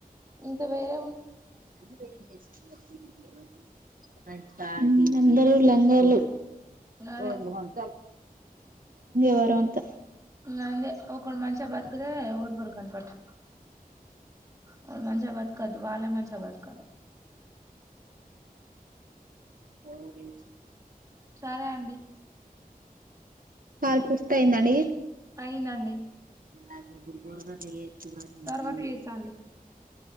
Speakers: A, on the right; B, on the right.
A: ఇంత వేర
B: <inaudible> అందరు లంగాలు
A: అదే
B: <inaudible> వారు అంత
A: అందే ఒకడు మంచిగా బతుకి తే ఓర్వరు కానీ పట్టు ఒకరు మంచిగా బతకద్దు వాళ్ళే మంచిగా బతకాల
B: <inaudible>
A: సరే అండి
B: కాల్ సుస్తయిందడి
A: అయిందండి
B: <unintelligible>
A: తర్వాత చేత్తా అండి